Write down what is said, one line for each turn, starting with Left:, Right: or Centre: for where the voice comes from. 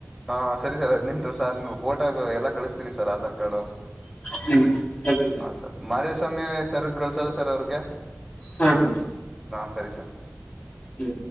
Centre: ಹಾ ಸರಿ ಸರ್ ಹದ್ನೆಂಟು ವರ್ಷ ಆದ್ ವು ಫೋಟೋ ಎಲ್ಲ ಕಳಿಸ್ತೀನಿ ಸರ್ ಆಧಾರ್ ಕಾರ್ಡು
Left: ಹ್ಮ್ ಕಳ್ಸಿ
Centre: ಹ ಸರ್ ಮಾದೇಶ್ ಸ್ವಾಮಿ ಸರ್ಗ್ ಕಳ್ಸೋದ ಸರ್ ಅವ್ರ್ಗೆ?
Left: ಹ ಹ್ಮ್
Centre: ಆ ಸರಿ ಸರ್.
Left: ಹ್ಮ